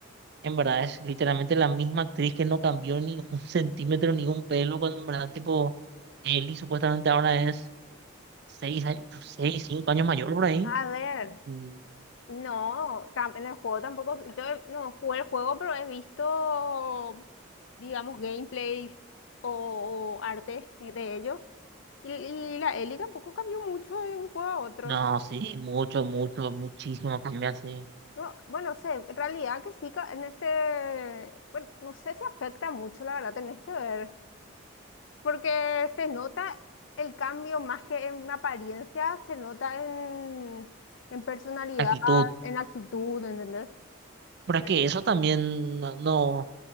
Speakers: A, on the right (about 50°); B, on the left (about 60°).
A: en verdad es literalmente la misma actriz que no cambió ni <laughs> un centímetro ni un pelo, cuando en verdad tipo Ellie supuestamente ahora es seis años, seis, cinco años mayor por ahí.
B: a ver,
A: Mm,
B: No, tam- en el juego tampoco, yo no jugué el juego, pero he visto, digamos, gameplays o, o arte de ellos. Y, y la Ellie tampoco cambió mucho de un juego a otro.
A: No, sí, mucho, mucho, muchísimo cambia, sí,
B: No, bueno, no sé, en realidad que sí, ca- en este, bueno, no sé si afecta mucho, la verdad, tenés que ver, porque se nota el cambio más que en apariencia, se nota en, en personalidad,
A: actitud.
B: en actitud, ¿entendés?
A: Pero
B: Sí.
A: es que eso también no no-